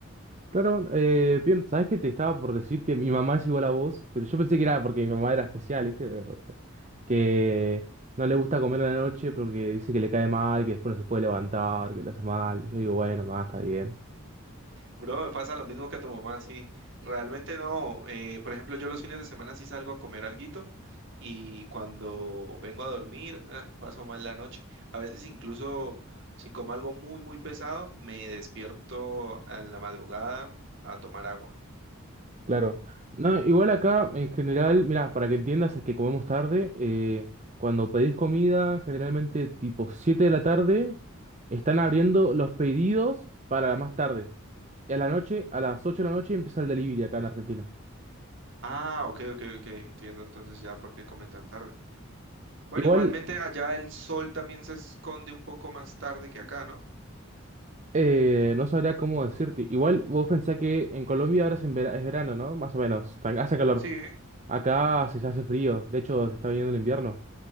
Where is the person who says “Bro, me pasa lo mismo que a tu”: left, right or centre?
Right